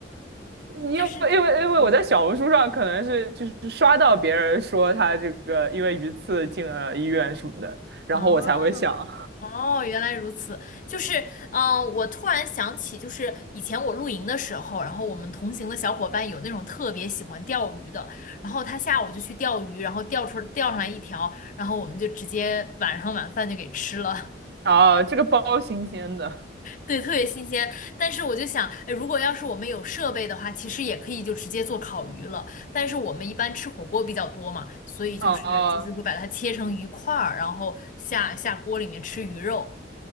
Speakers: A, on the right (about 60°); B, on the left (about 45°).
A: 因为因为因为我在小红书上可能是就是刷到别人说他这个因为鱼刺进了医院什么的，
B: 就是，嗯，
A: 然后我才会想。
B: 哦哦，原来如此。就是，嗯、我突然想起，就是以前我露营的时候，然后我们同行的小伙伴有那种特别喜欢钓鱼的，然后他下午就去钓鱼，然后钓出钓上来一条，然后我们就直接晚上晚饭就给吃了。
A: 啊，这个包新鲜的。
B: 对，特别新鲜。但是我就想，哎如果要是我们有设备的话，其实也可以就直接做烤鱼了。但是我们一般吃火锅比较多嘛，所以就是就是会把它切成鱼块儿，
A: 哦
B: 然后下下锅里面吃鱼肉。